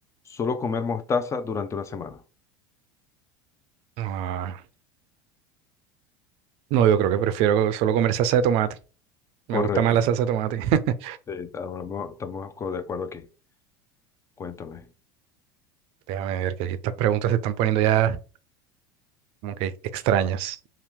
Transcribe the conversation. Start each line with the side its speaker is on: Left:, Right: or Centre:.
Left: solo comer mostaza durante una semana.
Right: Ah, No, yo creo que prefiero solo comer salsa de tomate. Me
Left: Correcto.
Right: gusta más la salsa de tomate. <laughs>
Left: Sí, ahora estamos co- de acuerdo aquí. Cuéntame.
Right: Déjame ver que aquí estas preguntas se están poniendo ya como que extrañas.